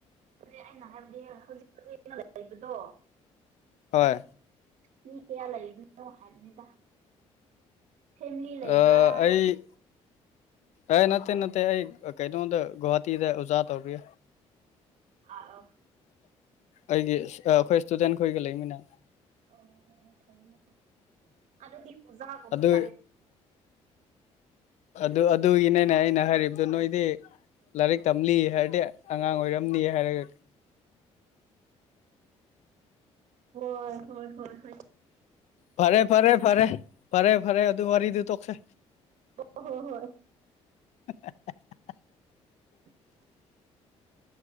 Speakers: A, on the right; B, on the left.
A: ꯑꯗꯨ ꯑꯩꯅ ꯍꯥꯏꯕꯗꯤ ꯍꯧꯖꯤꯛ ꯍꯧꯖꯤ ꯂꯩꯕꯗꯣ
B: ꯍꯣꯏ
A: ꯃꯤ ꯀꯌꯥ ꯂꯩꯕꯅꯣ ꯍꯥꯏꯕꯅꯤꯗ ꯐꯦꯃꯤꯂꯤ ꯂꯩꯕ꯭ꯔꯥ
B: ꯑꯥ ꯑꯩ ꯑꯦ ꯅꯠꯇꯦ ꯅꯠꯇꯦ ꯑꯩ ꯀꯩꯅꯣꯝꯗ ꯒꯧꯍꯥꯇꯤꯗ ꯑꯣꯖꯥ ꯇꯧꯔꯤ
A: ꯑꯥ ꯑ
B: ꯑꯩꯒꯤ ꯑꯩꯈꯣꯏ ꯏꯁꯇꯨꯗꯦꯟꯈꯣꯏꯒ ꯂꯩꯃꯤꯅ
A: ꯑꯣ ꯑꯣ ꯐꯩ ꯐ ꯑꯗꯨ ꯗ ꯀꯧꯕꯖ ꯀꯧꯕꯕ
B: ꯑꯗꯨ
A: ꯇꯔ
B: ꯑꯗꯨ ꯑꯗꯨꯒꯤꯅꯦꯅꯦ ꯑꯩꯅ ꯍꯥꯏꯔꯤꯕꯗꯨ ꯅꯣꯏꯗꯤ ꯂꯥꯏꯔꯤꯛ ꯇꯝꯂꯤ ꯍꯥꯏꯔꯗꯤ ꯑꯉꯥꯡ ꯑꯣꯏꯔꯝꯅꯤ ꯍꯥꯏꯔꯒ
A: ꯍꯣꯏ ꯍꯣꯏ ꯍꯣꯏ ꯍ
B: ꯐꯔꯦ ꯐꯔꯦ ꯐꯔꯦ ꯐꯔꯦ ꯐꯔꯦ ꯑꯗꯨ ꯋꯥꯔꯤꯗꯨ ꯇꯣꯛꯁꯦ
A: ꯑꯣ ꯍꯣ ꯍꯣꯏ
B: <unintelligible>
A: <unintelligible>